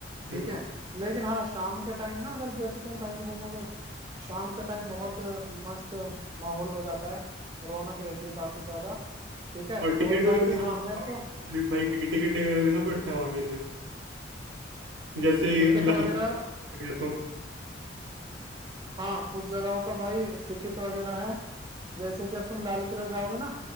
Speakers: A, on the right; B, on the right.
A: हम्म
B: ठीक है लेकिन हाँ शाम के टाइम ना अगर जैसे तुम कहीं भी घूमोगे शाम के टाइम बहुत अ, मस्त माहौल हो जाता है रौनक रहती है काफी ज्यादा ठीक है
A: और टिकट
B: और
A: वगैरह
B: बाकी
A: खालिद
B: हाँ मैं तो
A: भाई की टिकट वगैरह देना पड़ता है वहाँ के लिए जैसे
B: टिकट
A: लाल
B: वगैरह
A: गया तो
B: हाँ कुछ जगहों का भाई टिकट वगैरह है जैसे कि अब तुम लाल किला जाओगे ना